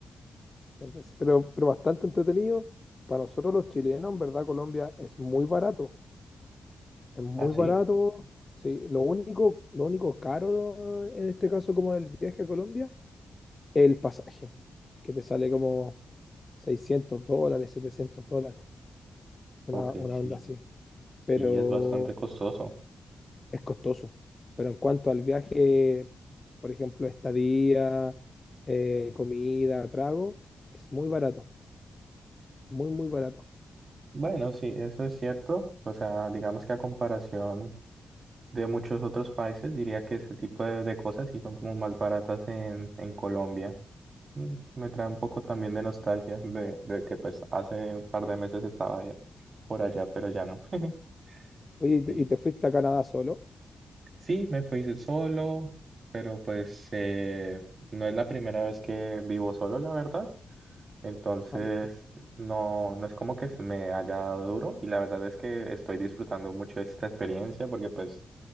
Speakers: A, on the left; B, on the right.
A: Entonces, pero, pero bastante entretenido. Para nosotros los chilenos, en verdad, Colombia es muy barato, es muy
B: ¿Ah, sí?
A: barato. Sí, lo único, lo único caro en este caso como del viaje a Colombia el pasaje, que te sale como 600 dólares, 700 dólares, una,
B: Ok,
A: una onda
B: sí,
A: así,
B: sí,
A: pero
B: es bastante costoso.
A: es costoso. Pero en cuanto al viaje, por ejemplo, estadía, eh, comida, trago, es muy barato, muy, muy barato.
B: Bueno, sí, eso es cierto. O sea, digamos que a comparación de muchos otros países, diría que ese tipo de, de cosas sí son como más baratas en, en Colombia. Mm, Me trae un poco también de nostalgia de, de que pues hace un par de meses estaba ya- por allá, pero ya no. <laughs>
A: Oye, ¿y
B: Sí,
A: te, y te fuiste a Canadá solo?
B: sí, me fui solo, pero pues eh, no es la primera vez que vivo solo, la verdad. Entonces,
A: Ah, perfecto.
B: no, no es como que se me haya dado duro y la verdad es que estoy disfrutando mucho esta experiencia porque pues